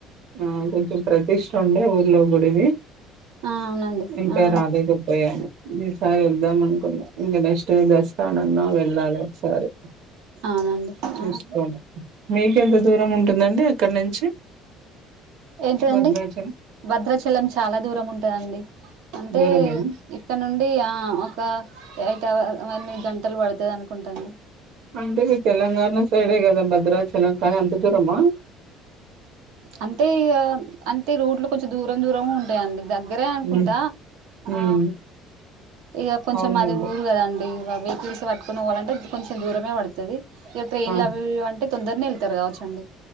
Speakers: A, on the right; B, on the right.
A: ఆ కొంచెం ప్రతిష్ట ఉండే ఊర్లో గుడివి
B: అవునండి
A: ఇంకా
B: ఆ
A: రాలెదు ప్పయ ను ఇ సా యిల్ ద్దాం అనుకున్నా ఇంకా నెక్స్ట్ విదష్టానన్నా వెళ్ళాలి ఒకసారి
B: అవునండి
A: చూసుకోడి
B: ఆ
A: మీకెంత దూరం ఉంటుందండి అక్కడ నుంచి
B: ఏంటిదండి
A: భద్రాచలం
B: భద్రాచలం చాలా దూరం ఉంటదండి అంటే
A: దూరమేనా
B: ఇక్కడ నుండి అడి ఆ ఒక యిట్ ఎనిమిది గంటలు పడుతుంది అనుకుంటాండి
A: అంటే మీరు తెలంగాణ సైడే గదా భద్రా చెలం కానీ అంత దూరమా
B: అంటే అంటే రోడ్లు కొంచెం దూరం దూరం ఉంటాయండి దగ్గ దగ్గరే అనుకుంటా
A: ఉమ్
B: ఆ
A: ఉమ్
B: ఇగ కొంచెం
A: అవునండి
B: మాది ఊరు కదండి ఇగా వెహికల్స్ పట్టుకుని పోవాలంటే కొంచెం దూరమే పడుతుంది ఇగా ట్రైన్లు
A: ఆహా
B: అవి ఇవి అంటే తొందరని ఎళతారు కావచ్చండి